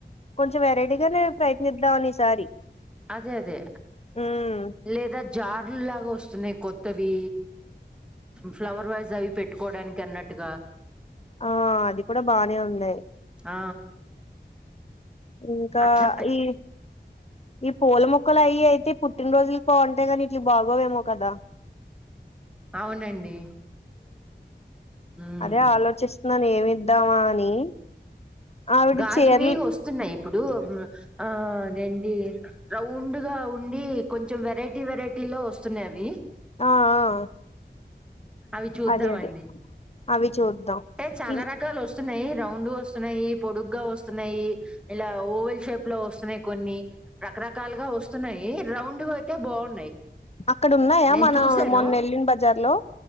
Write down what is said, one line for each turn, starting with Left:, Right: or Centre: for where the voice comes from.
Left: కొంచెం వెరైటీగా నే ప్రయత్నిద్దామని ఈసారి
Centre: అదే అదే
Left: మ్మ్
Centre: లేదా జార్లులాగా వస్తున్నాయి కొత్తవి ఫ్లవర్ వాజ్ అవి పెట్టుకోవడానికి అన్నట్టుగా
Left: ఆ అది కూడా బానే ఉంది
Centre: ఆ
Left: ఇంకా
Centre: అట్లా
Left: ఈ ఈ పూల మొక్కలు అయి అయితే పుట్టినరోజులకి బాగుంటాయి కాని ఇట్ల బాగోవేమో కదా ఆ
Centre: అవునండి ఉమ్
Left: అదే ఆలోచిస్తున్నాను ఏమిద్దామా అని అవిడు
Centre: గాజువి
Left: చేరల్
Centre: వస్తున్నాయి ఇప్పుడు ఆ అదేంటి రౌండ్ గా ఉండి కొంచెం వెరైటీ వెరైటీ లో వస్తున్నాయి అవి
Left: ఆ ఆ
Centre: అవి చూద్దామండి
Left: అదే అదే అవి చూద్దాం
Centre: అంటే చాలా
Left: ఇవి
Centre: రకాలు వస్ వస్తున్నాయి రౌండ్ వస్తున్నాయి పొడుగ్గా వస్తున్నాయి ఇలా ఓవెల్ షేప్ లో వస్తున్నాయి కొన్ని రకరకాలుగా వస్తున్నాయి రౌండ్గా అయితే బాగున్నాయి
Left: అక్కడ ఉన్నాయా
Centre: నేను
Left: మన
Centre: చూసాను
Left: మొన్న నెల్లిన బజార్ లో